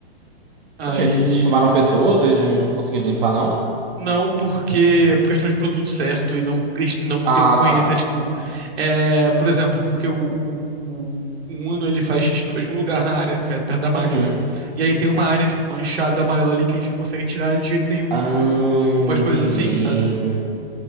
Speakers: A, on the right (about 90°); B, on the right (about 55°).
A: Aí
B: Gente, vocês chamaram pessoas, eles não conseguiram limpar, não?
A: Não, porque por questão de produto certo e não, não ter
B: Ah,
A: o conhecimento,
B: tá.
A: é, tipo, é, por exemplo, porque o, o, o o Uno ele faz xixi no mesmo lugar na área, que é perto da máquina.
B: Uhum.
A: E aí tem uma área, tipo, manchada amarela ali que a gente não consegue tirar de jeito nenhum.
B: Ah,
A: Umas
B: entendi.
A: coisas assim, sabe?